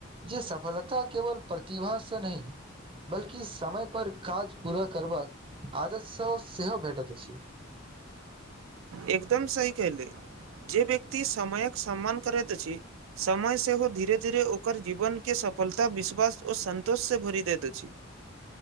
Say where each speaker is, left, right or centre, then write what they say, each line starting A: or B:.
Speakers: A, on the right; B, on the right.
A: जे सफलता केवल प्रतिभासँ नय बल्कि समय पर काज पूरा करब आदत स सेहो भेटैत अछि
B: एकदम सही केहले जे व्यक्ति समयक सम्मान करैत अछि समय सेहो धीरे धीरे ओकर जीवनके सफलता विश्वास आओर सन्तोषसँ भरि दैत अछि।